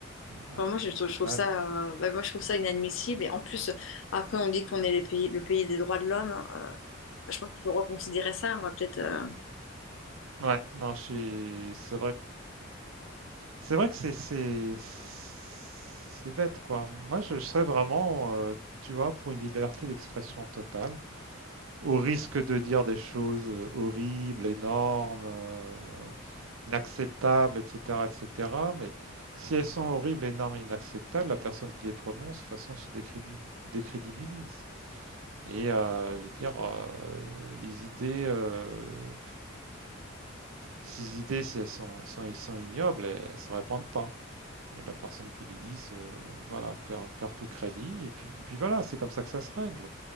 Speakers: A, on the right (about 85°); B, on the left (about 70°).
A: Ouais,
B: Enfin, moi, je trouve, je trouve
A: ouais,
B: ça,
A: c'est-
B: euh, bah, moi, je trouve ça inadmissible. Et en plus, après, on dit qu'on est les pays, le pays des droits de l'homme. euh, je pense qu'il faut reconsidérer ça. On va peut-être. euh,
A: ouais, non, je suis... c'est vrai C'est vrai que c'est c'est c'est bête quoi. Moi, je serais vraiment, euh, tu vois, pour une liberté d'expression totale, au risque de dire des choses euh, horribles, énormes, euh, inacceptables, etc., etc. Mais si elles sont horribles, énormes et inacceptables, la personne qui les prononce, de toute façon, se décribi- décrédibilise. Et euh, je veux dire, euh, les idées. euh, ces idées, si elles sont, elles sont, elles sont ignobles, elles ne se répandent pas. Et la personne qui lui dise, euh, voilà, perd, perd, tout crédit, et puis, et puis voilà, c'est comme ça que ça se règle.